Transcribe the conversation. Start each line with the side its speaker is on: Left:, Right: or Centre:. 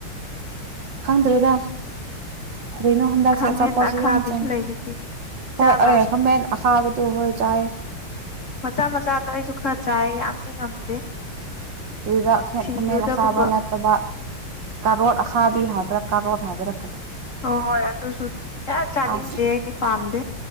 Right: ꯈꯪꯗ꯭ꯔꯦꯗ ꯀꯅꯣ ꯍꯟꯗꯛꯁꯦ
Left: ꯈꯥꯃꯦꯟ
Right: ꯑꯆꯥꯄꯣꯠꯁꯨ
Left: ꯑꯈꯥꯕꯤꯁꯨ
Right: ꯌꯥꯝ ꯆꯪꯉ
Left: ꯂꯩꯗꯨꯗꯤ
Right: ꯍꯣꯏ
Left: ꯆꯥꯕ꯭ꯔꯥ
Right: ꯑꯩꯃꯦꯟ ꯑꯈꯥꯕꯗ ꯑꯣꯏꯣꯏ ꯆꯦ
Left: ꯃꯆꯥ ꯃꯆꯥꯗꯣ ꯑꯩꯁꯨ ꯈꯔ ꯆꯥꯏ ꯌꯥꯝꯗꯤ ꯉꯝꯗꯦ
Right: ꯇꯨꯔꯤꯔꯥꯛ ꯈꯦꯛ
Left: ꯁꯤꯡꯖꯨꯗꯒꯨꯝꯕ
Right: ꯈꯃꯦꯟ ꯑꯁꯥꯕ ꯅꯠꯇꯕ ꯀꯥꯔꯣ ꯑꯈꯥꯕ ꯍꯥꯏꯕ꯭ꯔꯛꯀꯥꯔꯣ ꯍꯥꯏꯔꯛꯀꯗꯣ
Left: ꯍꯣꯏ ꯍꯣꯏ ꯑꯗꯨꯁꯨ ꯀꯌꯥ ꯆꯥꯅꯤꯡꯗꯦ
Right: ꯑꯁ
Left: ꯑꯩꯗꯤ ꯄꯥꯝꯗꯦ